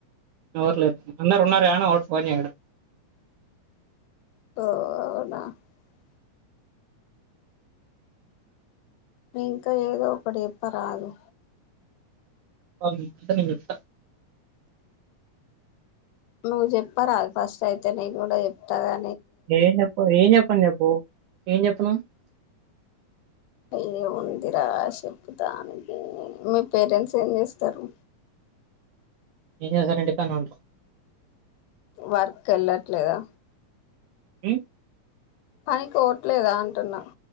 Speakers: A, on the right; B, on the left.
A: ఎవర్ లేరు ఉన్నర్ ఉన్నార్ గని ఎవడు ఫోన్ చేయడు.
B: <unintelligible> ఇంకా ఏదో ఒకటి చెప్పరాదు.
A: <unintelligible>
B: నువ్ చెప్పరాదు ఫస్ట్ అయితే నేను గూడ చెప్తా గా
A: ఏం చెప్పావు. ఏం చెప్పను చెప్పూ ఏం చెప్పను.
B: అయ్యో ఉందిరా చెప్తానికి మీ పేరెంట్స్ ఏం చేస్తారు.
A: ఏం చేస్తర్ ఇంటికాడ్నే ఉంటరు.
B: వర్క్ ఎళ్ళట్లేదా?
A: మ్మ్
B: పనికోవట్లేదా అంటున్నా